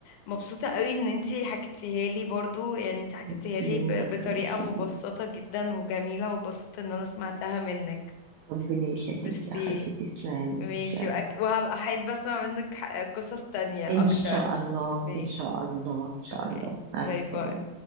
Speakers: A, on the left; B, on the right.
A: مبسوطة قوي ان انتي حكيتيها لي برضو يعني انتي حكيتيها
B: ميرسي
A: لي ب-
B: ربنا
A: بطريقة
B: يخليك
A: مبسطة جدا وجميلة وبسطت ان انا سمعتها منك
B: ربنا يخليك
A: ميرسي
B: يا حبيبتي تسلمي
A: ماشي
B: تسلمي
A: وأك... وهبقى احب اسمع منك ح- قصص تانية
B: إن
A: اكتر
B: شاء الله
A: ماشي
B: إن شاء الله إن شاء
A: اوكي
B: الله مع
A: باي
B: السلامة
A: باي